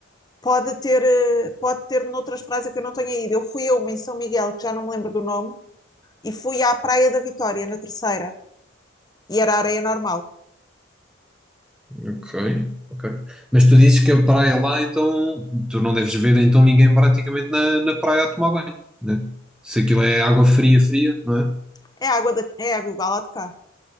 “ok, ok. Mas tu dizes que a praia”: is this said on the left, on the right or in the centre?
Centre